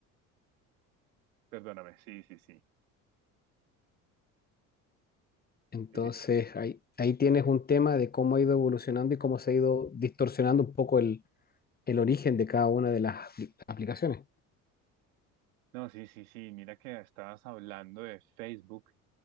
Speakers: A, on the right (about 80°); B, on the left (about 25°).
A: Perdóname, sí, sí, sí.
B: Entonces,
A: Que sí.
B: ahí, ahí tienes un tema de cómo ha ido evolucionando y cómo se ha ido distorsionando un poco el, el origen de cada una de las apli- aplicaciones.
A: No, sí, sí, sí, mira que estabas hablando de Facebook